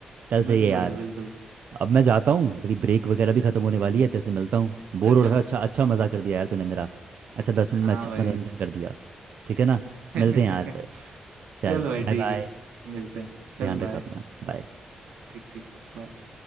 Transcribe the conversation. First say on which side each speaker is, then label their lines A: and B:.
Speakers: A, on the right; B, on the right.
A: चल सही
B: बिल्कुल
A: है यार
B: बिल्कुल
A: अब मैं जाता हूँ तेरी ब्रेक वगैरह भी खत्म होने वाली है तेरे से मिलता हूँ बोर
B: अच्छा
A: हो रहा
B: अच्छा
A: था अच्छा अच्छा मजा कर दिया यार तूने मेरा अच्छा दस मिनट
B: हाँ
A: में अच्छा
B: भाई
A: मनोरंजन कर दिया ठीक है ना
B: <laughs>
A: मिलते हैं यार फिर चल
B: चल भाई
A: बाय
B: ठीक
A: बाय
B: है मिलते हैं चल
A: ध्यान
B: बाय
A: रखा अपना बाय
B: ठीक ठीक bye।